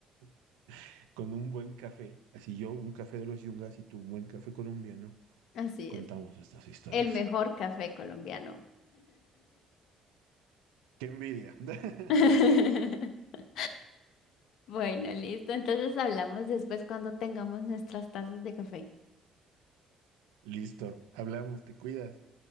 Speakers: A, on the right; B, on the left.
A: <laughs> con un buen café, así yo, un café de los yungas y tú, un buen café colombiano,
B: Así
A: contamos
B: es.
A: estas historias.
B: El mejor café colombiano.
A: ¡Qué envidia! <laughs>
B: <laughs> Bueno, listo. Entonces hablamos después cuando tengamos nuestras tazas de café.
A: Listo, hablamos, te cuidas.